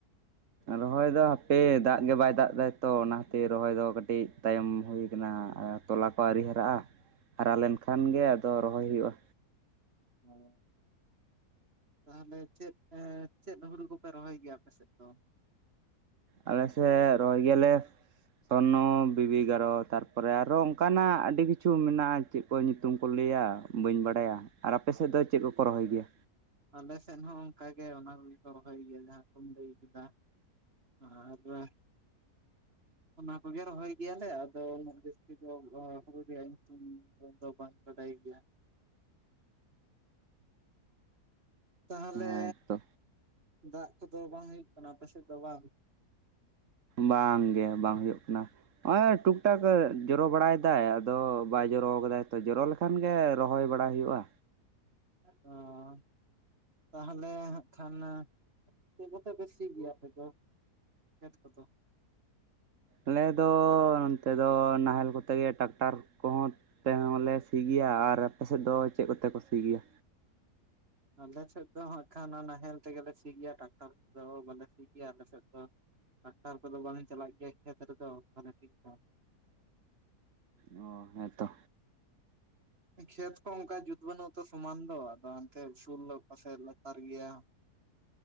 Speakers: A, on the right (about 55°); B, on the right (about 35°).
A: ᱨᱚᱦᱚᱭ ᱫᱚ ᱦᱟᱯᱮ ᱫᱟᱜ ᱜᱮ ᱵᱟᱭ ᱫᱟᱜ ᱮᱫᱟᱭ ᱛᱚ ᱚᱱᱟ ᱠᱷᱟᱹᱛᱤᱨ ᱨᱚᱦᱚᱭ ᱫᱚ ᱠᱟᱹᱴᱤᱡ ᱛᱟᱭᱚᱢ ᱦᱩᱭ ᱟᱠᱟᱱᱟ ᱟᱨ ᱛᱚᱞᱟ ᱠᱳ ᱟᱹᱣᱨᱤ ᱦᱟᱨᱟᱜ-ᱟ ᱦᱟᱨᱟ ᱞᱮᱱ ᱠᱷᱟᱱ ᱜᱮ ᱟᱫᱚ ᱨᱚᱦᱚᱭ ᱦᱩᱭᱩᱜ-ᱟ
B: ᱚᱸ ᱛᱟᱦᱚᱞᱮ ᱪᱮᱫ, ᱟᱸ... ᱪᱮᱫ ᱦᱩᱲᱩ ᱠᱚ ᱯᱮ ᱨᱚᱦᱚᱭ ᱜᱮᱭᱟ ᱟᱯᱮ ᱥᱮᱫ ᱫᱚ
A: ᱟᱞᱮ ᱥᱮᱫ ᱨᱚᱦᱚᱭ ᱜᱮᱭᱟ ᱞᱮ ᱥᱳᱱᱳ ᱵᱤᱵᱤᱜᱟᱨᱚ ᱛᱟᱨᱯᱚᱨᱮ ᱟᱨᱦᱚᱸ ᱚᱱᱠᱟᱱᱟᱜ ᱟᱹᱰᱤ ᱠᱤᱪᱷᱩ ᱢᱮᱱᱟᱜ-ᱟ ᱪᱮᱫ ᱠᱚ ᱧᱩᱛᱩᱢ ᱠᱚ ᱞᱟᱹᱭᱟ ᱵᱟᱹᱧ ᱵᱟᱲᱟᱭᱟ, ᱟᱨ ᱟᱯᱮ ᱥᱮᱫ ᱫᱚ ᱪᱮᱫ ᱠᱚᱠᱚ ᱨᱚᱦᱚᱭ ᱜᱮᱭᱟ
B: ᱟᱞᱮᱥᱮᱫ ᱦᱚᱸ ᱚᱱᱠᱟᱜᱮ ᱚᱱᱟ ᱠᱚᱜᱮ ᱠᱚ ᱨᱚᱦᱚᱭ ᱜᱮᱭᱟ ᱡᱟᱦᱟᱸ ᱠᱚᱢ ᱞᱟᱹᱭ ᱠᱮᱫᱟ ᱟᱨ <inaudible> ᱚᱱᱟ ᱠᱚᱜᱮ ᱨᱚᱦᱚᱭ ᱜᱮᱭᱟᱞᱮ ᱟᱫᱚ ᱩᱱᱟᱹᱜ ᱡᱟᱹᱥᱛᱤ ᱫᱚ ᱦᱩᱲᱩ ᱨᱮᱭᱟᱜ ᱧᱩᱛᱩᱢ ᱫᱚ ᱵᱟᱝ ᱵᱟᱰᱟᱭ ᱜᱮᱭᱟ ᱛᱟᱦᱚᱞᱮ
A: ᱦᱮᱸ ᱛᱚ
B: ᱫᱟᱜ ᱠᱚᱫᱚ ᱵᱟᱝ ᱦᱩᱭᱩᱜ ᱠᱟᱱᱟ ᱟᱯᱮᱥᱮᱫ ᱫᱚ ᱵᱟᱝ
A: ᱵᱟᱝ ᱜᱮ ᱵᱟᱝ ᱦᱩᱭᱩᱜ ᱠᱟᱱᱟ ᱱᱚᱜ-ᱚᱭ ᱴᱩᱠ ᱴᱟᱠ ᱡᱚᱨᱳ ᱵᱟᱲᱟᱭ ᱮᱫᱟᱭ ᱟᱫᱚ ᱵᱟᱭ ᱡᱚᱨᱳ ᱟᱠᱟᱫᱟᱭ ᱛᱚ ᱡᱚᱨᱳ ᱞᱮᱠᱷ.... ᱠᱷᱟᱱ ᱜᱮ ᱨᱚᱦᱚᱭ ᱵᱟᱲᱟ ᱦᱩᱭᱩᱜ-ᱟ᱾
B: ᱚᱸ ᱛᱟᱦᱚᱞᱮ ᱦᱟᱸᱜ ᱠᱷᱟᱱ ᱪᱮᱫ ᱠᱚᱛᱮ ᱯᱮ ᱥᱤ ᱜᱮᱭᱟ ᱟᱯᱮ ᱫᱚ? ᱠᱷᱮᱛ ᱠᱚᱫᱚ᱾
A: ᱟᱞᱮ ᱫᱚ ᱱᱚᱱᱛᱮ ᱫᱚ ᱱᱟᱦᱮᱞ ᱠᱚᱛᱮ ᱜᱮ ᱴᱟᱠᱴᱟᱨ ᱠᱚᱦᱚᱸᱼᱼ ᱛᱮᱦᱚᱸ ᱞᱮ ᱥᱤ ᱜᱮᱭᱟ ᱟᱨ ᱟᱯᱮ ᱥᱮᱫ ᱫᱚ ᱪᱮᱫ ᱠᱚᱛᱮ ᱠᱚ ᱥᱤ ᱜᱮᱭᱟ?
B: ᱟᱞᱮ ᱥᱮᱫ ᱫᱚ ᱦᱟᱸᱜᱠᱷᱟᱱ ᱱᱟᱦᱮᱞ ᱛᱮᱜᱮᱞᱮ ᱥᱤ ᱜᱮᱭᱟ ᱴᱟᱠᱴᱟᱨ ᱛᱮ ᱫᱚ ᱵᱟᱞᱮ ᱥᱤ ᱜᱮᱭᱟ ᱟᱞᱮ ᱥᱮᱫ ᱫᱚᱼᱼ ᱴᱟᱠᱴᱟᱨ ᱠᱚᱫᱚ ᱵᱟᱝ ᱪᱟᱞᱟᱜ ᱜᱮᱭᱟ ᱠᱷᱮᱛ ᱨᱮᱫᱚ ᱢᱟᱱᱮ ᱴᱷᱤᱠ ᱴᱟᱟᱠ᱾
A: ᱚᱻ ᱦᱮᱸ ᱛᱚ᱾
B: ᱠᱷᱮᱛ ᱠᱚ ᱚᱱᱠᱟ ᱡᱩᱛ ᱵᱟᱹᱱᱩᱜ-ᱟ ᱛᱚ ᱥᱚᱢᱟᱱ ᱫᱚ ᱟᱫᱚ ᱦᱟᱱᱛᱮ ᱩᱥᱩᱞ ᱚᱠᱟ ᱥᱮᱡ ᱞᱟᱛᱟᱨ ᱜᱮᱭᱟ᱾